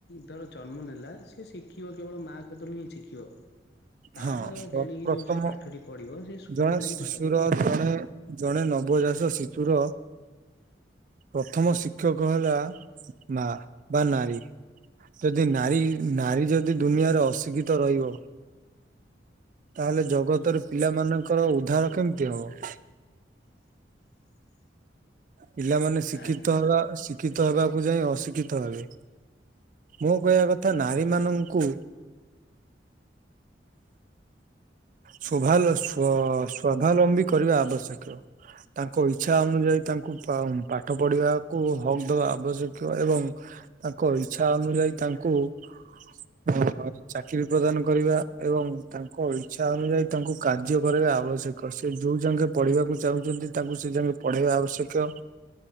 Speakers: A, on the left (about 60°); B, on the right (about 45°).
A: ଧର ଜନ୍ମ ନେଲା ସ ଶିଖିବ କେବଳ ମାଆ କତରୁ ହିଁ ଶିଖିବ। ତାପରେ
B: ହଁ ପ୍ର
A: ଦେଣିକି
B: ପ୍ରଥମ
A: ଯୋଉ ସେ ପାଠଟି ପଢିବ ସେ ସ୍କୁଲୁ
B: ଜଣେ
A: ହିଁ
B: ଶିଶୁର
A: ପାଠ ପଢିବ।
B: ଜଣେ ଜଣେ ନବଜାାତ ଶିଶୁର ପ୍ରଥମ ଶିକ୍ଷକ ହେଲା ମା। ବା ନାରୀ ଯଦି ନାରୀ ନାରୀ ଯଦି ଦୁନିଆରେ ଅଶିକ୍ଷିତ ରହିବ? ତାହେଲେ ଜଗତରେ ପିଲାମାନଙ୍କର ଉଦ୍ଧାର କେମିତି ହବ?
A: <unintelligible>
B: ପିଲାମାନେ ଶିକ୍ଷିତ
A: ଆଜ୍ଞା
B: ହେବା ଶିକ୍ଷିତ ହେବାକୁ ଯାଇ ଅଶିକ୍ଷିତ ହେବେ। ମୁଁ କହିବା କଥା ନାରୀ ମାନଙ୍କୁ ସୋଭାଲୋଷ୍ୟ ସ୍ୱାବଲମ୍ବୀ କରିବା ଆବଶ୍ୟକ ତାଙ୍କ ଇଚଛା ଅନୁଯାୟୀ ତାଙ୍କୁ ପାଠ ପଢିବାକୁ ହକ୍ ଦେବା ଆବଶ୍ୟକ ଏବଂ ତାଙ୍କ ଇଚ୍ଛା ଅନୁଯାୟୀ ତା ହୁଁ। ଅ ଚାକିରି ପ୍ରଦାନ କରିବା ଏବଂ ତାଙ୍କ ଇଚଛା ଅନୁଯାୟୀ ତାଙ୍କୁ କାର୍ଯ୍ୟ କରିବା ଆବଶ୍ୟକ। ସେ ଯୋଉ ଜାକେ ପଢିବାକୁ ଚାହୁଁଛନ୍ତି ତାଙ୍କୁ ସେ ଯଙ୍ଗେ ପଢେଇବା ଆବଶ୍ୟକ।